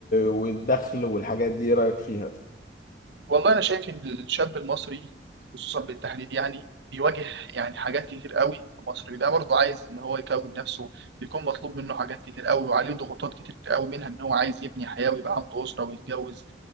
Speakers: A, on the left; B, on the right.
A: والدخل والحاجات دي ايه رأيك فيها
B: والله انا شايف ان الشاب المصري خصوصا بالتحديد يعني بيواجه يعني حاجات كتير قوي المصري ده برضه عايز ان هو يكون نفسه بيكون مطلوب منه حاجات كتير قوي وعليه ضغوطات كتير قوي منها ان هو عايز يبني حياه ويبقى عنده اسره ويتجوز